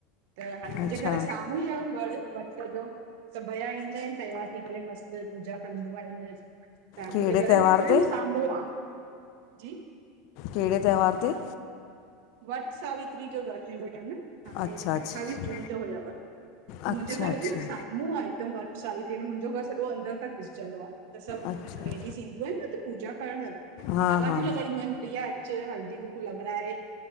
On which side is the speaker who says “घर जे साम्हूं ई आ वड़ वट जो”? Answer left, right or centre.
Right